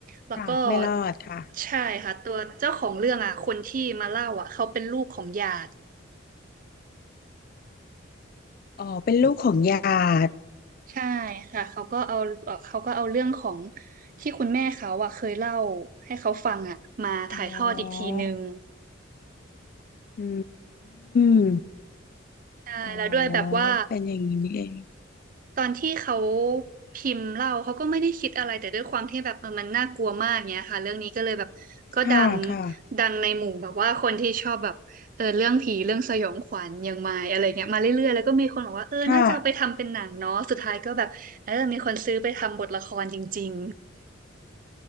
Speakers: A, on the right (about 40°); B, on the left (about 45°).
A: แล้วก็
B: ค่ะ ไม่รอดค่ะ
A: ใช่ค่ะตัวเจ้าของเรื่องอ่ะคนที่มาเล่าอ่ะเขาเป็นลูกของหยาด
B: อ๋อเป็นลูกของหยาด
A: ใช่ค่ะเขาก็เอาเอ่อเขาก็เอาเรื่องของที่คุณแม่เขาอ่ะเคยเล่าให้เขาฟังอ่ะมาถ่ายทอดอีกทีนึง
B: อ๋ออืม
A: ใช่แล้วด้วยแบบว่า
B: อ๋อ เป็นอย่างนี้นี่เอง
A: ตอนที่เขาพิมพ์เล่าเขาก็ไม่ได้คิดอะไรแต่ด้วยความที่แบบเออมันน่ากลัวมากเงี้ยค่ะเรื่องนี้ก็เลยแบบก็ดัง
B: ค่ะ ค่ะ
A: ดังในหมู่แบบว่าคนที่ชอบแบบเออเรื่องผีเรื่องสยองขวัญอย่างมายอะไรเงี้ยมาเรื่อยๆแล้วก็มีคนบอกว่าเออน่าจะเอาไปทำเป็นหนังเนาะสุดท้ายก็แบบเออมีคนซื้อไปทำบทละครจริง
B: ค่ะ